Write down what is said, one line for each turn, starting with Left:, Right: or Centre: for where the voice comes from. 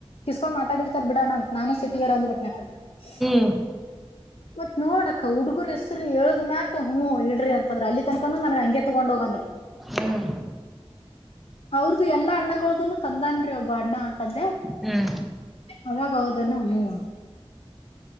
Left: ಕಿಸಕೊಂಡ್ ಮಾತಾಡಿರ್ತಾರ ಬಿಡಣ ಅಂತ ನಾನು ಸಿಟಿಾರ ಅಂದ್ ಬಿಟ್ಟ <inaudible> <unintelligible>
Centre: ಹ
Left: ಮತ್ ನೋಡಕ್ಕ ಹುಡ್ಗರ್ ಹೆಸರು ಹೇಳದ್ ಮ್ಯಕ್ ಹ್ಮ್ ಇಡ್ರಿ ಅಂತಂದ್ರ ಅಲ್ಲಿ ತನ್ಕಾನ ನನ್ಗ್ ಹಂಗೆ ತಗೊಂಡ್ ಹೋಗಂದರು
Centre: ಹ್ಮ್
Left: ಅವ್ರ್ದು ಎಲ್ಲಾ ಅಣ್ಣನು ತಂದನ್ರಿ ಒಬ್ಬ ಅಣ್ಣ ತಂದೆ
Centre: ಹ್ಮ್
Left: ಅವಾಗೌದು ಹ